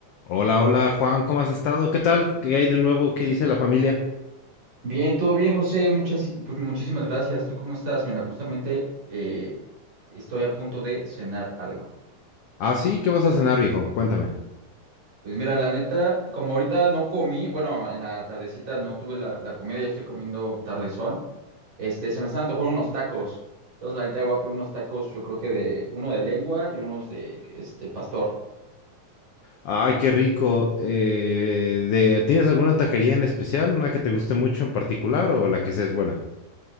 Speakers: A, on the left; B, on the right.
A: Hola, hola Juan, ¿cómo has estado? ¿Qué tal? ¿Qué hay de nuevo? ¿Qué dice la familia?
B: Bien, todo bien, José. Muchas, pues, muchísimas gracias. ¿Tú cómo estás? Mira, justamente eh, estoy a punto de cenar algo.
A: Ah, sí, ¿qué vas a cenar, viejo? Cuéntame.
B: Pues mira, la neta, como ahorita no comí, bueno, en la tardecita no tuve la, la comida, ya estoy comiendo tardezón. Este, se me están antojando unos tacos. Entonces, la neta, voy a pedir unos tacos, yo creo que de uno de lengua y unos de este pastor.
A: Ay, qué rico. Eh, de- ¿tienes alguna taquería en especial? ¿Una que te guste mucho en particular o la que seas buena?